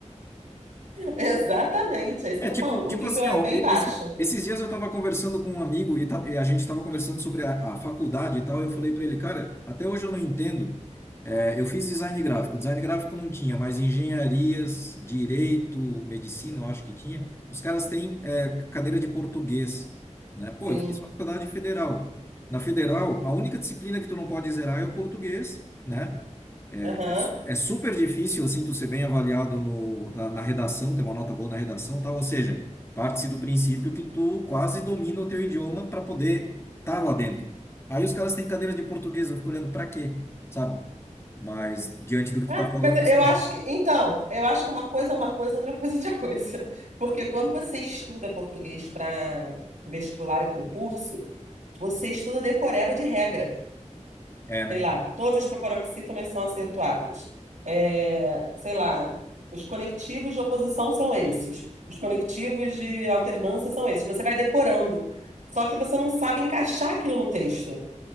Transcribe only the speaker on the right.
<laughs> Exatamente, é isso
que eu tô
falando. O
nível
é
bem
baixo.
Sim.
Aham.
Ah,
mas
eu acho que, então, eu acho que uma coisa é uma coisa, outra coisa é outra coisa. Porque quando você estuda português para vestibular e concurso, você estuda decoreba de regra.
Sei lá, todas as proparoxítonas são acentuadas. É, sei lá, os conectivos de oposição são esses. Os conectivos de alternância são esses. Você vai decorando. Só que você não sabe encaixar aquilo no texto.